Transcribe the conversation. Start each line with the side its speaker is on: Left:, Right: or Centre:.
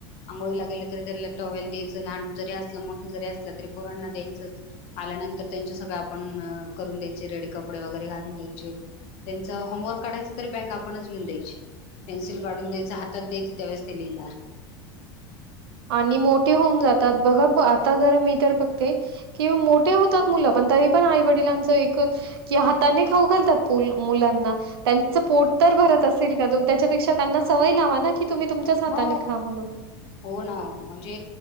Left: आंघोळी ला गेली तरी त्याला टॉवेल द्यायचं लहान जरी असलं मोठं जरी असलं तरी पोरांना द्यायचंच आल्यानंतर त्यांच्या सगळं आपण करून द्यायचे रेडी कपडे वगैरे घालून द्यायचे त्यांचं होमवर्क काढायचं तर बॅग आपणच घेऊन द्यायची पेन्सि काढून द्यायच हात दयाचं त्यावेळेस ते लिहिणार
Right: आणि मोठे होऊन जातात बघा आता जर मी तर फक्ते किं मोठे होतात मुलं पण तरी पण आई वडिलांच एकच त्या हाताने खाऊ घालतात मुलांना त्यांच पोट तर भरत असेल का तुम त्याच्यापेक्षा त्यांना सवय लावा ना ी तुम्ही तुमच्याच हाताने
Left: हो
Right: खा म्हणून
Left: हो ना म्हणजे